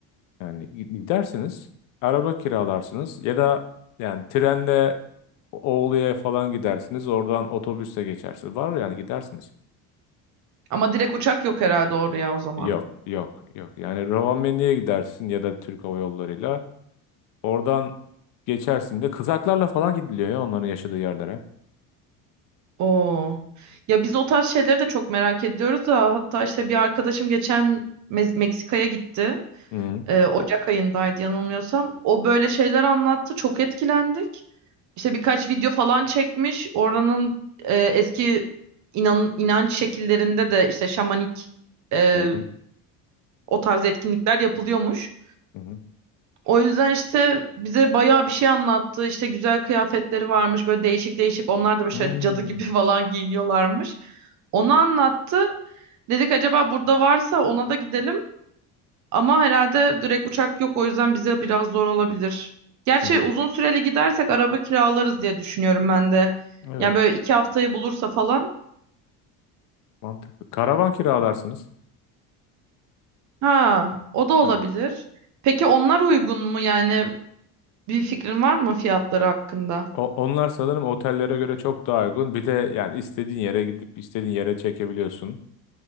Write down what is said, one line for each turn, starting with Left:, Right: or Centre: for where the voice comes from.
Left: Yani gidersiniz, araba kiralarsınız ya da yani trenle Oğlu'ya falan gidersiniz. Oradan otobüsle geçersiniz. Var yani gidersiniz.
Right: Ama direkt uçak yok herhalde oraya o zaman.
Left: Yok, yok, yok. Yani Rovaniemi'ye gidersin ya da Türk Hava Yolları'yla. Oradan geçersin de kızaklarla falan gidiliyor ya onların yaşadığı yerlere.
Right: Oo. Ya biz o tarz şeyleri de çok merak ediyoruz da hatta işte bir arkadaşım geçen Me- Meksika'ya gitti.
Left: Hı
Right: Ee, Ocak ayındaydı yanılmıyorsam. O böyle şeyler anlattı. Çok etkilendik. İşte birkaç video falan çekmiş. Oranın e, eski inan, inanç şekillerinde de işte şamanik e,
Left: hı hı hı.
Right: o tarz etkinlikler yapılıyormuş.
Left: Hı hı.
Right: O yüzden işte bize bayağı bir şey anlattı. İşte güzel kıyafetleri varmış böyle değişik değişik. Onlar da böyle
Left: Hmm,
Right: şöyle cadı gibi <laughs> falan giyiniyorlarmış. Onu anlattı. Dedik acaba burada varsa ona da gidelim. Ama herhalde direkt uçak yok o yüzden bize biraz zor olabilir. Gerçi
Left: hı
Right: uzun süreli gidersek araba kiralarız diye düşünüyorum ben de.
Left: Evet,
Right: Yani böyle iki haftayı bulursa falan.
Left: mantıklı. Karavan kiralarsınız.
Right: Ha, o da olabilir.
Left: Heh.
Right: Peki onlar uygun mu yani bir fikrin var mı fiyatları hakkında?
Left: O- onlar sanırım otellere göre çok daha uygun. Bir de yani istediğin yere gidip istediğin yere çekebiliyorsun.